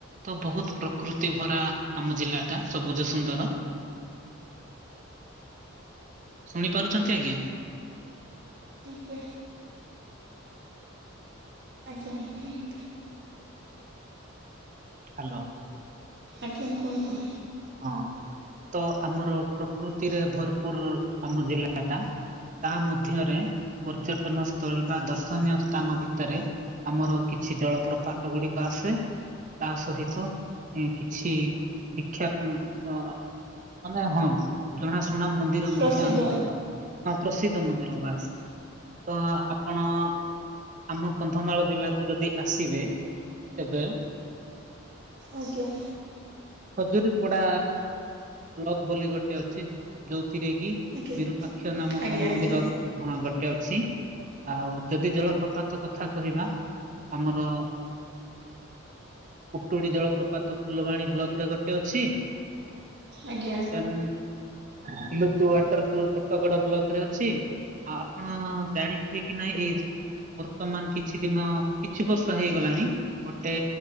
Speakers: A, on the right; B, on the right.
A: ତ ବହୁତ ପ୍ରକୃତି ଭରା ଆମ ଜିଲ୍ଲା ଟା ସବୁଜ ସୁନ୍ଦର। ଶୁଣି ପାରୁଛନ୍ତି ଆଜ୍ଞା।
B: ଆଜ୍ଞା। ଆଜ୍ଞା <inaudible>
A: ହ୍ୟାଲୋ।
B: ଆଜ୍ଞା କୁହନ୍ତୁ?
A: ହଁ ତ ଆମର ପ୍ରକୃତିରେ ଭରପୁର ଆମ ଜିଲ୍ଲା ଟା। ତା ମଧ୍ୟରେ ପର୍ଯ୍ୟଟନ ସ୍ଥଳୀ ବା ଦର୍ଶନୀୟ ସ୍ଥାନ ଭିତରେ ଆମର କିଛି ଜଳପ୍ରପାତ ଗୁଡିକ ଆସେ ତା ସହିତ କିଛି କ୍ଷତ ମାନେ ହଁ ଜଣାଶୁଣା ମନ୍ଦିର
B: ପ୍ରସିଦ୍ଧ
A: ମଧ୍ୟ ଆସେ। ହଁ ପ୍ରସିଦ୍ଧ ମନ୍ଦିର ବାସ୍ ତ ଆପଣ ଆମ କନ୍ଧମାଳ ଜିଲ୍ଲାକୁ ଯଦି ଆସିବେ ତେବେ
B: ଆଜ୍ଞା।
A: ଖଜୁରୀ ପଡା ବ୍ଲକ ବୋଲି ଗୋଟେ ଅଛି ଯୋଉଥିରେ କି
B: ଆଜ୍ଞା।
A: ବିରୁପାକ୍ଷ ନାମକ
B: ଆଜ୍ଞା
A: ମନ୍ଦିର
B: ଆଜ୍ଞା
A: କଣ ଗୋଟେ ଅଛି ଆଉ ଯଦି ଜଳ ପ୍ରପାତ କଥା କହିବା ଆମର ପୁଟୁଡ଼ି ଜଳପ୍ରପାତ ଫୁଲବାଣୀ ବ୍ଲକରେ ଗୋଟେ ଅଛି।
B: ଆଜ୍ଞା।
A: <inaudible> ୱାଟର ପୁଲ କଟଗଡ ବ୍ଲକରେ ଅଛି। ଆଉ ଆପଣ ଜାଣିଥିବେ କି ନାଇଁ ଏଇ ବର୍ତ୍ତମାନ କିଛି ଦିନ କିଛି ବର୍ଷ ହେଇଗଲାଣି। ଗୋଟେ